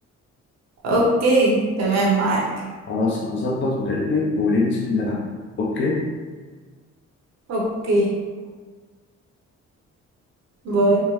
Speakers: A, on the right; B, on the left.
A: اوكي تمام معاك
B: خلاص أنا هظبط وأكلمك وننزل نلعب أوكي؟
A: اوكي باي